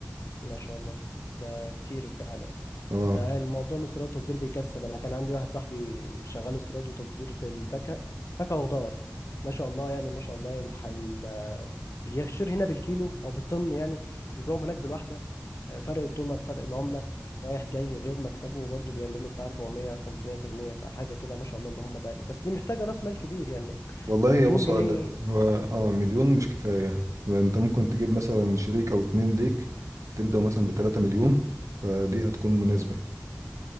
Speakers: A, on the left; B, on the right.
A: ما شاء الله ده كتير فعلا
B: اه
A: ده الموضوع الاستيراد والتصدير بيكسب انا كان عندي واحد صاحبي شغال استيراد وتصدير في الفاكهه فاكهه وخضار ما شاء الله يعني ما شاء الله الح... ال... بيشتري هنا بالكيلو او بالطن يعني بيبيعهم هناك بالواحده فرق الدولار فرق العملة رايح جاي غير مكسبه وبرضه بيعمل له بتاع 400 500% فحاجة كده ما شاء الله اللهم بارك بس دي محتاجة راس مال كبير يعني
B: والله
A: مليون
B: يا بص
A: جنيه
B: اقول لك هو اه مليون مش كفايه انت ممكن تجيب مثلا شريك او اتنين ليك تبدا مثلا ب 3 مليون فدي هتكون مناسبه